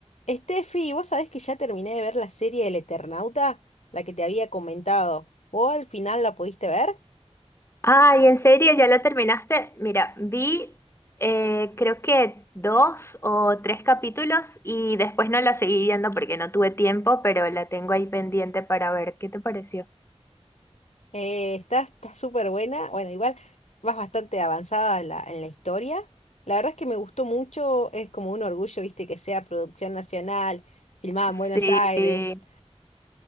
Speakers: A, on the left; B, on the left.
A: Estefi, vos sabés que ya terminé de ver la serie del Eternauta, la que te había comentado. ¿Vos al final la pudiste ver?
B: Ay, ¿en serio? ¿Ya la terminaste? Mira, vi eh, creo que dos o tres capítulos y después no la seguí viendo porque no tuve tiempo, pero la tengo ahí pendiente para ver qué te pareció.
A: Eh, está, está súper buena. Bueno, igual vas bastante avanzada en la, en la historia. La verdad es que me gustó mucho, es como un orgullo, viste, que sea producción nacional, filmada
B: Sí,
A: en Buenos Aires,
B: sí,